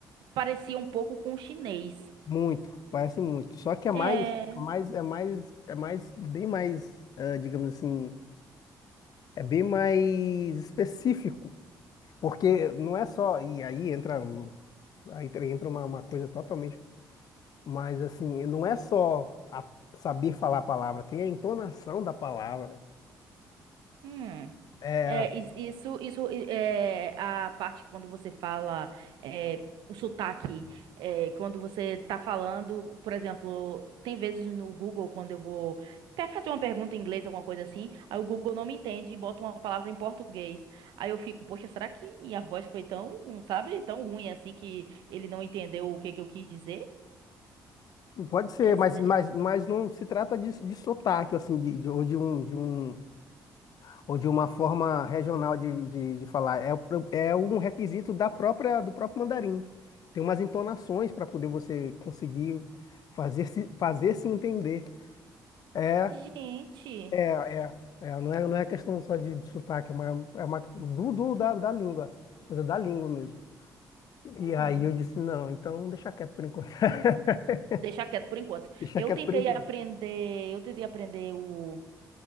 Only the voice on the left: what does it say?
Muito, parece muito. Só que é mais,
é mais, é mais, é mais, bem mais, ah, digamos assim, é bem mais específico. Porque não é só, e aí entra, um- aí entra uma, uma coisa totalmente Mas assim, não é só a- saber falar a palavra, tem a entonação da palavra.
É,
pode ser,
mas, mas, mas não se trata de, de sotaque, assim, de, de- ou de um, de um, ou de uma forma regional de, de, de falar. É, o pro- é um requisito da própria, do próprio mandarim. Tem umas entonações para poder você conseguir fazer se, fazer se entender. É,
é, é, é, não é, não é questão só de, de sotaque, é uma, é uma do, do- da, da língua, coisa da língua mesmo. E
aí eu disse, não, então deixa quieto por enquanto. <laughs>
Deixa
quieto
por enquanto.